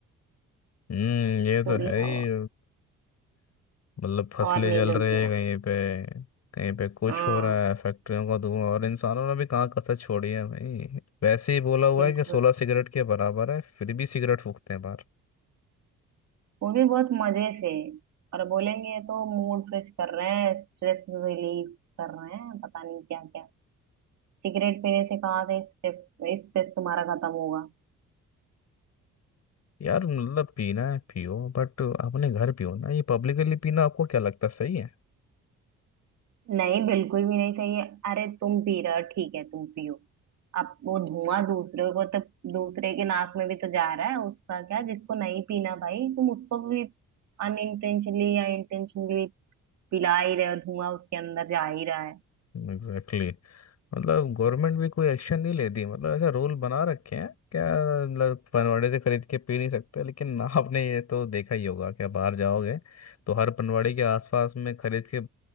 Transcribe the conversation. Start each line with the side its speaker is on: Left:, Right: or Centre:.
Left: हम्म ये तो
Right: पूरी
Left: है
Right: हवा
Left: ही मतलब फसलें
Right: और नहीं
Left: जल
Right: तो
Left: रही
Right: क्या
Left: है कहीं पे कहीं पे कुछ
Right: हाँ
Left: हो रहा है फैक्ट्रियों का धुआं और इंसानों ने भी कहाँ कसर छोड़ी है भाई वैसे ही बोला हुआ
Right: बिल्कुल
Left: है कि सोलह सिगरेट के बराबर है फिर भी सिगरेट फूकते हैं बाहर
Right: वो भी बहुत मजे से और बोलेंगे तो मूड फ्रेश कर रहे हैं स्ट्रेस रिलीफ कर रहे हैं पता नहीं क्या क्या सिगरेट पीने से कहाँ से स्ट्रेस स्ट्रेस तुम्हारा खत्म होगा
Left: यार मतलब पीना है पियो बट अपने घर पियो ना ये पब्लिकली पीना आपको क्या लगता है सही है
Right: नहीं बिल्कुल भी नहीं चाहिए अरे तुम पी रहे हो ठीक है तुम पियो अब वो धुआं दूसरे को तो दूसरे के नाक में भी तो जा रहा है उसका क्या जिसको नहीं पीना भाई तुम उसको भी अनइंटेंशनली या इंटेंशनली पिला ही रहे हो धुआं उसके अंदर जा ही रहा है
Left: एग्जैक्टली मतलब गवर्नमेंट भी कोई एक्शन नहीं लेती मतलब ऐसा रूल बना रखे हैं क्या मतलब पनवाड़े से खरीद के पी नहीं सकते लेकिन <laughs> आपने ये तो देखा ही होगा कि आप बाहर जाओगे तो हर पनवाड़ी के आसपास में खरीद के